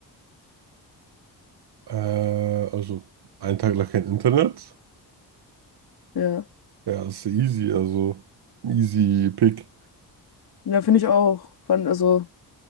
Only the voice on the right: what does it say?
Äh, also, einen Tag lang kein Internet,
ja, ist ja easy, also, easy pick.